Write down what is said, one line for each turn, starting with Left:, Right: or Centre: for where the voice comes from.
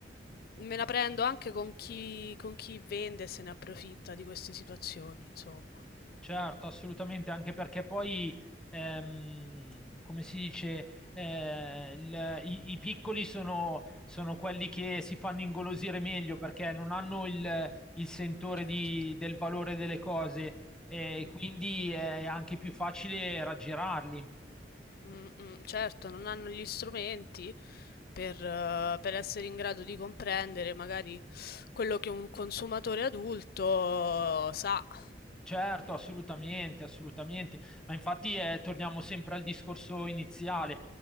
Left: me la prendo anche con chi, con chi vende e se ne approfitta di queste situazioni, insomma.
Centre: Certo, assolutamente, anche perché poi, ehm, come si dice, eh, il- i, i piccoli sono, sono quelli che si fanno ingolosire meglio perché non hanno il, il sentore
Left: Certo.
Centre: di- del valore delle cose eh,
Left: Mm,
Centre: e quindi
Left: mm,
Centre: è anche più facile raggirarli.
Left: mm, mm. Certo, non hanno gli strumenti per, eh, per essere in grado di comprendere magari quello che un consumatore adulto sa.
Centre: Certo,
Left: Mm.
Centre: assolutamente, assolutamente. Ma infatti eh, torniamo sempre al discorso iniziale.